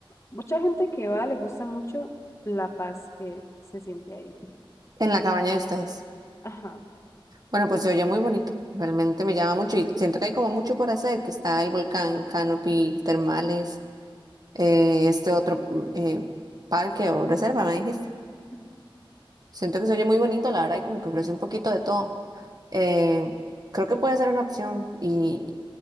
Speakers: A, on the left; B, on the right.
A: Mucha gente que va le gusta mucho la paz que se siente ahí.
B: En la cabaña de ustedes.
A: Ajá.
B: Bueno, pues se oye muy bonito. Realmente me llama mucho y siento que hay como mucho por hacer, que está el volcán, canopy, termales, eh, este otro mm, eh, parque o reserva, me dijiste.
A: Mm.
B: Siento que se oye muy bonito, la verdad, y como que ofrece un poquito de todo. Eh, creo que puede ser una opción. ¿Y,